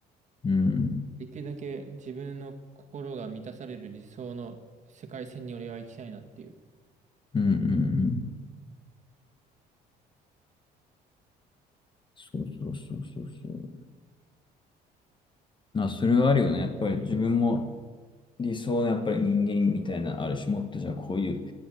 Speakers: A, on the left (about 30°); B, on the right (about 45°).
A: うん、うん、
B: できるだけ自分の心が満たされる理想の世界線に俺は行きたいなっていう。
A: うんうん。そうそうそうそうそう。まあ、それはあるよね。やっぱり自分も理想のやっぱり人間みたいな、ある種もっとじゃあこういう